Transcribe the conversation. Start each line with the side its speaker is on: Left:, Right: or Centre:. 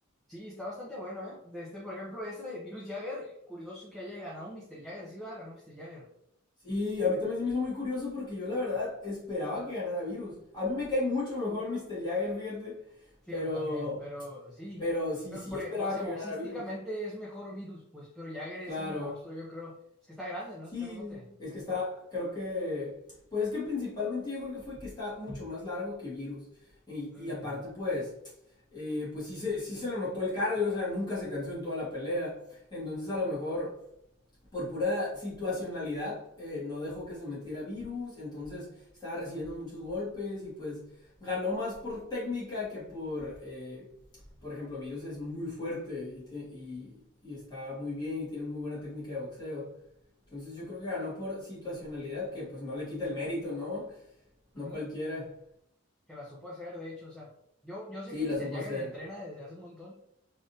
Centre: Sí, está bastante bueno, ¿eh? De este, por ejemplo, ese de Virus Jagger, curioso que haya ganado un Mr. Jagger, sí, va, ganó Mr. Jagger.
Left: Sí, a mí también se me hizo muy curioso porque yo la verdad esperaba que ganara Virus. A mí me cae mucho mejor Mr. Jagger, fíjate,
Centre: Sígueme
Left: pero,
Centre: también, pero sí.
Left: pero sí,
Centre: Pero,
Left: sí
Centre: por,
Left: esperaba
Centre: e- o sea,
Left: que
Centre: boxísticamente
Left: ganara Virus.
Centre: es mejor Virus, pues, pero Jagger es
Left: Claro.
Centre: un monstruo, yo creo. Es que está grande, ¿no?
Left: Sí,
Centre: Está grandote.
Left: es que está, creo que, pues es que principalmente yo creo que fue que está mucho más largo que Virus. Y,
Centre: Ujú,
Left: y aparte, pues, eh, pues sí se, sí se le notó el cardio, o sea, nunca se cansó en toda la pelea. Entonces, a lo mejor, por pura situacionalidad, eh, no dejó que se metiera virus, entonces estaba recibiendo muchos golpes y pues ganó más por técnica que por, eh, por ejemplo, virus es muy fuerte y, y, y, está muy bien y tiene muy buena técnica de boxeo. Entonces yo creo que ganó por situacionalidad, que pues no le quita el mérito, ¿no? No
Centre: ujú.
Left: cualquiera.
Centre: Que la supo hacer, de hecho, o sea, yo, yo sé
Left: Sí,
Centre: que Mr.
Left: la supo
Centre: Jagger
Left: hacer.
Centre: entrena desde hace un montón,